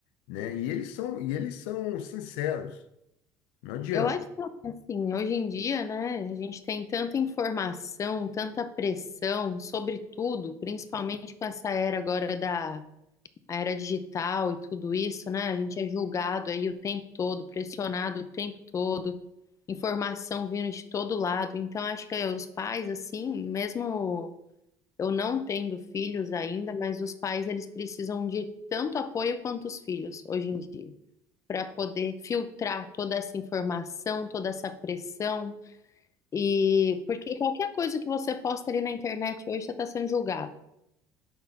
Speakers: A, on the left; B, on the left.
A: né? E eles são, e eles são sinceros. Não adianta,
B: Eu acho que assim, hoje em dia, né, a gente tem tanta informação, tanta pressão sobre tudo, principalmente com essa era agora da a era digital e tudo isso, né? A gente é julgado aí o tempo todo, pressionado o tempo todo, informação vindo de todo lado. Então, acho que eh, os pais, assim, mesmo eu não tendo filhos ainda, mas os pais eles precisam de tanto apoio quanto os filhos hoje em dia. para poder filtrar toda essa informação, toda essa pressão. E porque qualquer coisa que você posta ali na internet hoje, você está sendo julgado.